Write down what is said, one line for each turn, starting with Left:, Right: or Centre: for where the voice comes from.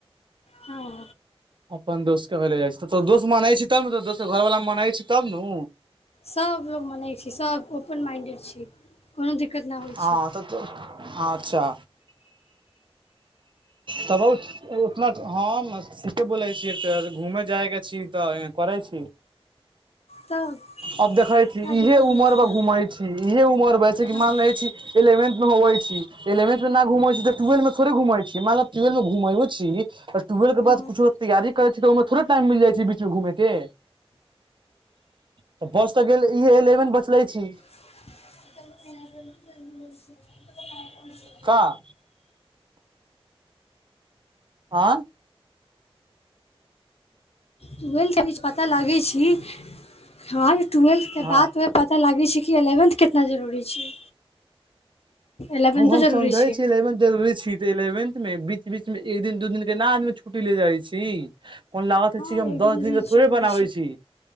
Left: हं
Right: अपन दोस के ल जाइ छी त तों दोस मानय छी तब न दोसके घरवला मानै छी तब नू
Left: सब लोग मानय छी सभ ओपन माइंडेड छी कोनो दिक्कत ना होइ छी
Right: हँ तऽ अच्छा त बहुत उतना हम स के बोलै छि त घुम जाइ के छी त करय छी
Left: तब
Right: अब देखय छी
Left: का
Right: इहे
Left: दिक्कत
Right: उमर
Left: होइ छै
Right: मे घूमै छी इहे उमर मे बस
Left: हँ
Right: मानय छी इलेवेंथ में होवै छी इलेंथ मे ना घूम छी त ट्वेल्व मे थोड़े घूमै छी मानल ट्वेल्व मे घुमयो छी आ ट्वेल्भ के
Left: हँ
Right: बाद कुछो तैयारी करै छै त ओइमे थोड़े टाइम मिल जाइ छै बीचमे घूम के त बस त गेलय ई एलेवन बचले छी
Left: <unintelligible>
Right: हाँ आँ
Left: तुएल के बीज पता लागै छी हं ट्वेल्थ के
Right: हँ
Left: बादमे पता लागै छै कि एलेवेन्थ केतना जरूरी छै एलेवेन्थो
Right: ओ हम
Left: जरूरी
Right: समझै
Left: छै
Right: छी एलेवेंथ जरुरी छी इलेवेथ मे बीच बीच मे एक दिन दू दिन के ना आदमी छुट्टी ले जाइ छी कौन लागत
Left: हँ
Right: हय छै हम
Left: एक
Right: दस दिन
Left: रील
Right: के थोड़े
Left: चलि जाइ
Right: बनाबै छी